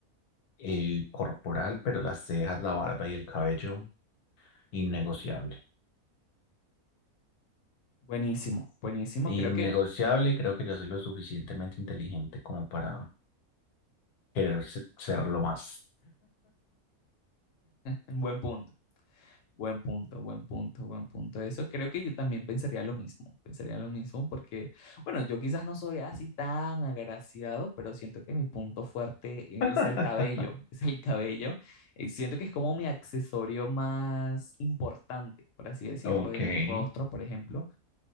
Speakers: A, on the left; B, on the left.
A: eh, corporal, pero las cejas, la barba y el cabello, innegociable.
B: Buenísimo, buenísimo.
A: innegociable
B: Creo que
A: y creo que yo soy lo suficientemente inteligente como para querer se- serlo más.
B: buen punto, buen punto, buen punto, buen punto. Eso creo que yo también pensaría lo mismo, pensaría lo mismo porque, bueno, yo quizás no soy así tan agraciado, pero siento que mi punto fuerte
A: <laughs>
B: es el cabello, <laughs> es el cabello. Eh, Siento que es como mi accesorio más importante, por así decirlo,
A: Ok,
B: de mi
A: ay,
B: rostro, por ejemplo.